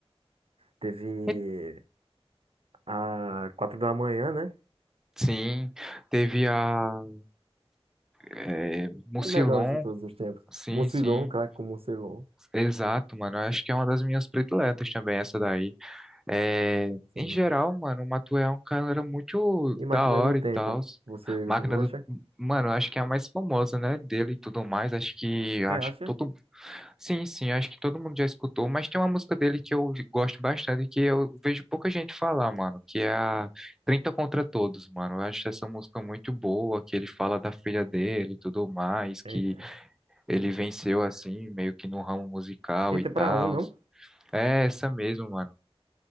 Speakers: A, on the right; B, in the centre.
A: teve
B: E-
A: a 4 da manhã, né?
B: Sim, teve a é, Mucilon,
A: A melhor de todos os tempos.
B: sim,
A: Mucilon,
B: sim.
A: craque com Mucilon.
B: Exato, mano. Eu Acho que é uma das minhas prediletas também, essa daí. É,
A: Sim.
B: em geral, mano, o Matuê é um cara muito
A: E Máquina
B: da hora
A: do Tempo,
B: e tal.
A: você
B: Máquina
A: gosta?
B: do. Mano, acho que é a mais famosa, né? Dele e tudo mais. Acho que.
A: Você
B: Acho
A: acha?
B: que todo. Sim, sim, acho que todo mundo já escutou. Mas tem uma música dele que eu gosto bastante e que eu vejo pouca gente falar, mano. Que é a 30 contra Todos, mano. Eu acho essa música muito boa, que ele fala da filha dele e tudo mais, que
A: Eita.
B: ele venceu assim, meio que no ramo musical
A: 30
B: e tal.
A: para um não?
B: É essa mesmo, mano